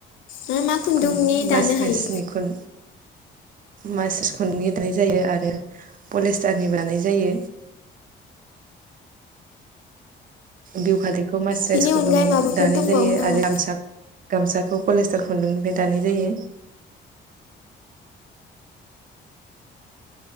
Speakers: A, on the left (about 80°); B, on the right (about 45°).
A: मा मा खुन्दुंनि
B: खुन्दुङा
A: दानो
B: मास्रोसनि
A: हायो
B: खुन मास्रायस खुन्दुंनि दानाय जायो आरो पलिस्टारनि दानाय जायो बियुफालि खौ मास्रास
A: बेनि
B: गुन्दुंनिफ
A: अनगायै माबाफोर
B: दानाय
A: दंबावो
B: जायो
A: नामा
B: आरो गामसाग गामसाखौ पलिस्टार खुन्दुंनिफ्राय दानाय जायो